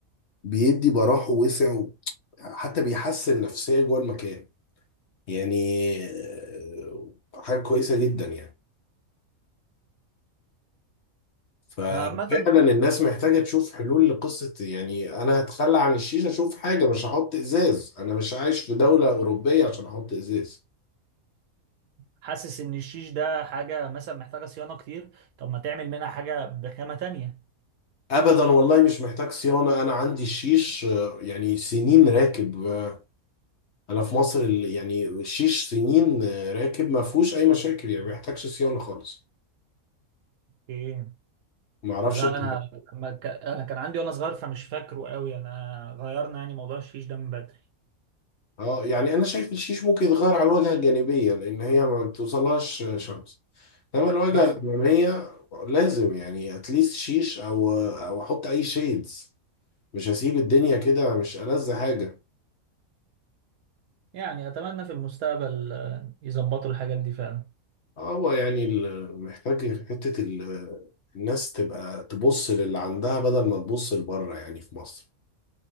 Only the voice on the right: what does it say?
انا عامه
حاسس ان الشيش ده حاجه مثلا محتاجه صيانه كتير طب ما تعمل منها حاجه بخامه تانية
ايه
لا
انا لما ك... انا كان عندي وانا صغير فمش فاكره قوي انا غيرنا يعني موضوع الشيش ده من بدري
مثلا
يعني اتمنى في المستقبل آه، يظبطوا الحاجات دي فعلا